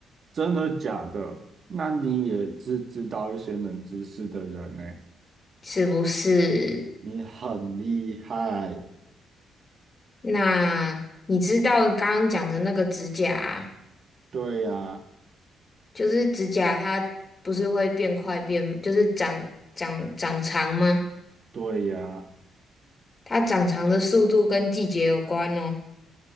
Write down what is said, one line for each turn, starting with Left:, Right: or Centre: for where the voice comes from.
Right: 真的假的？那你也知知道一些冷知识的人呢、
Left: 是不是？
Right: 你很厉害，
Left: 那你知道刚刚讲的那个指甲啊
Right: 对呀，
Left: 就是指甲它不是会变快变，就是长长长长吗？
Right: 对呀，
Left: 它长长的速度跟季节有关哦。